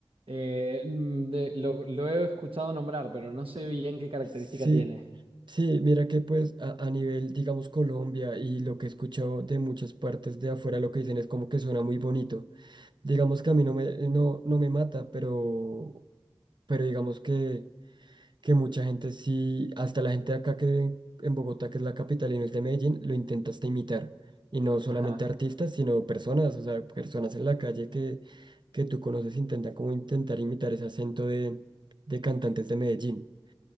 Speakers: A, on the right; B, on the right.
A: Eh, mm, de- lo, lo he escuchado nombrar, pero no sé bien qué característica
B: Sí,
A: tiene.
B: sí, mira que pues a, a nivel, digamos, Colombia y lo que he escuchado de muchas partes de afuera, lo que dicen es como que suena muy bonito. Digamos que a mí no me, no, no me mata, pero, pero digamos que... que mucha gente sí, hasta la gente de acá que en Bogotá, que es la capital y no es de Medellín, lo intenta hasta imitar. Y no solamente
A: Ajá,
B: artistas, sino personas, o sea, personas en la calle que, que tú conoces intentan como intentar imitar ese acento de, de cantantes de Medellín.